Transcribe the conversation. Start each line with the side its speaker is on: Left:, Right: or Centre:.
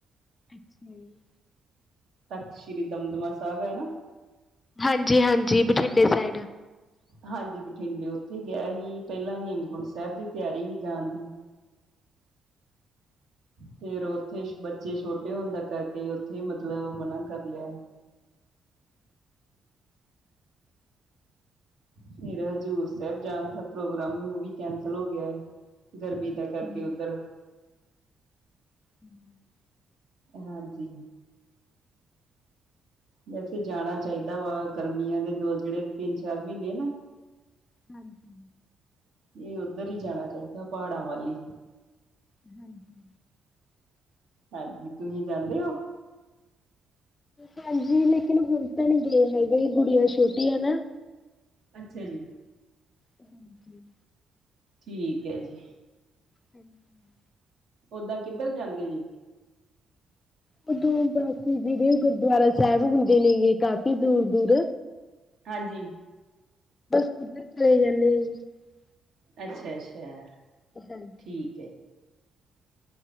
Left: ਅੱਛਾ ਜੀ।
Right: ਤਖ਼ਤ ਸ਼੍ਰੀ ਦਮਦਮਾ ਸਾਹਿਬ ਹੈ ਨਾ!
Left: ਹਾਂਜੀ-ਹਾਂਜੀ ਬਠਿੰਡੇ ਸਾਈਡ
Right: ਹਾਂਜੀ। ਬਠਿੰਡੇ ਉੱਥੇ ਗਿਆ ਸੀ, ਪਹਿਲਾਂ ਹੇਮਕੁੰਟ ਸਾਹਿਬ ਦੀ ਤਿਆਰੀ ਸੀ ਜਾਣ ਦੀ। ਫੇਰ ਉੱਥੇ ਬੱਚੇ ਛੋਟੇ ਹੁੰਦਾ ਕਰਕੇ, ਉੱਥੇ ਮਤਲਬ ਮਨਾ ਕਰ ਲਿਆ। ਫੇਰ, ਹਜ਼ੂਰ ਸਾਹਿਬ ਜਾਣ ਦਾ ਪ੍ਰੋਗਰਾਮ ਉਹ ਵੀ ਕੈਂਸਲ ਹੋ ਗਿਆ ਏ। ਗਰਮੀ
Left: ਅੱਛਾ
Right: ਦਾ ਕਰਕੇ
Left: ਜੀ,
Right: ਉੱਧਰ
Left: ਹਮ,
Right: ਹਾਂਜੀ। ਵੈਸੇ ਜਾਣਾ ਚਾਹੀਦਾ ਗਰਮੀਆਂ ਦੇ, ਦੋ ਜਿਹੜੇ ਤਿੰਨ- ਚਾਰ ਮਹੀਨੇ ਨਾ
Left: ਹਾਂਜੀ।
Right: ਇਹ ਉੱਧਰ ਹੀ ਜਾਣਾ ਚਾਹੀਦਾ। ਪਹਾੜਾਂ ਵੱਲ ਹੀ
Left: ਹੂੰ -ਹੂੰ
Right: ਹਾਂਜੀ, ਤੁਸੀਂ ਜਾਂਦੇ ਹੋ।
Left: ਹਾਂਜੀ, ਲੇਕਿਨ ਹੁਣ ਤਾਂ ਨਹੀਂ ਗੇ ਹੈਗੇ, ਗੁੜੀਆਂ ਛੋਟੀ ਆ ਨਾ।
Right: ਅੱਛਾ ਜੀ,
Left: ਹਮ- ਹਮ
Right: ਠੀਕ ਹੈ ਜੀ,
Left: ਹਠੀ <unintelligible>
Right: ਓਦਾਂ ਕਿੱਧਰ ਜਾਂਦੇ ਜੇ
Left: ਪਾਬਾਗਦੁਲ ਜਿਹੜੇ ਗੁਰਦੁਆਰਾ ਸਾਹਿਬ ਹੁੰਦੇ ਨੇ ਗੇ। ਕਾਫੀ ਦੂਰ-ਦੂਰ
Right: ਹਾਂਜੀ।
Left: ਉੱਧਰ ਚਲੇ <inaudible>
Right: ਅੱਛਾ-ਅੱਛਾ।
Left: ਹਮ <unintelligible>
Right: ਠੀਕ ਹੈ।